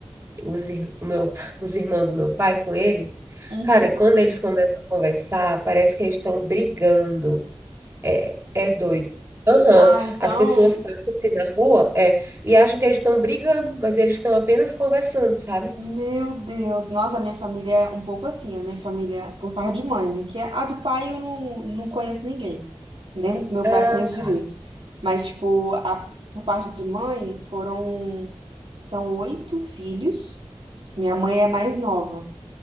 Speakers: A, on the right; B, on the right.
A: os, ir- o meu, <laughs> os irmãos do meu pai com ele,
B: Uhum.
A: cara, quando eles começam a conversar, parece que eles estão brigando. É, é doido. Aham.
B: Ah, então,
A: As pessoas passam assim na rua, é, e acham que eles estão brigando, mas eles estão apenas conversando, sabe?
B: meu Deus. Nossa, a minha família é um pouco assim, a minha família por parte de mãe, né? Que é a do pai eu não, não conheço ninguém. Nem o meu
A: Ah,
B: pai eu conheço
A: tá.
B: direito. Mas, tipo, a, por parte de mãe foram, são oito filhos. Minha mãe é mais nova.